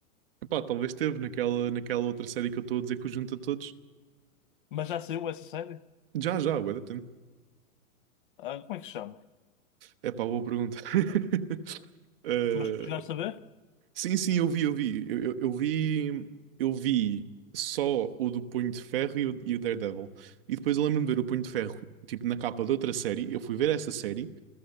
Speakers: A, on the right; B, on the left.
A: Epá, talvez teve naquela, naquela outra série que eu estou a dizer que o junta todos.
B: Mas já saiu essa série?
A: Já, já, bué da tempo.
B: Ah, como é que se chama?
A: Epá, boa pergunta. <laughs> Eh,
B: Mas tu chegaste a ver?
A: sim, sim, eu vi, eu vi. Eu, eu, eu vi, eu vi só o do Punho de Ferro e o, e o Daredevil. E depois eu lembro-me de ver o Punho de Ferro, tipo, na capa de outra série. Eu fui ver essa série